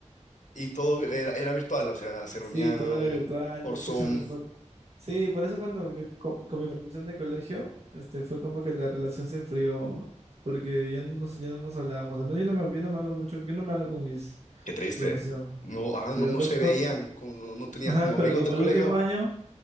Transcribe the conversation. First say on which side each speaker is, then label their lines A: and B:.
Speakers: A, on the left; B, on the right.
A: y todo era, era virtual, o sea, se reunían
B: Sí, todo era virtual.
A: por
B: Escúchame,
A: Zoom
B: por... Sí, por eso cuando mi- con, con mi promoción de colegio, este, fue como que la relación se enfrió, porque ya no nos, ya no nos hablábamos. Al menos yo no me, yo no me hablo mucho, yo no me hablo con mis
A: Qué triste.
B: promoción.
A: No, ajá,
B: Pero
A: no, no
B: fue,
A: se
B: fue,
A: veían, con- no, no tenías
B: ajá,
A: como amigos
B: pero como
A: del colegio.
B: el último año.